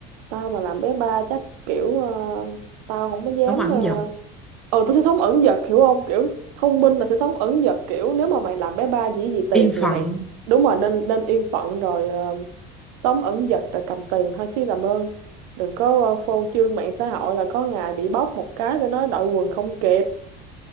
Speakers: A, on the right; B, in the centre.
A: tao mà làm bé ba chắc kiểu ờ, tao không có dám
B: không ẩn
A: ờ,
B: giật
A: ừ tôi sẽ sống ẩn dật hiểu không kiểu thông minh là sẽ sống ẩn dật kiểu nếu mà mày làm bé ba gì gì tiền
B: yên phận
A: thì mày đúng rồi nên nên yên phận rồi ờ, sống ẩn dật rồi cầm tiền thôi chứ làm ơn đừng có ờ, phô trương mạng xã hội là có ngày bị bóc một cái để nói đội quần không kịp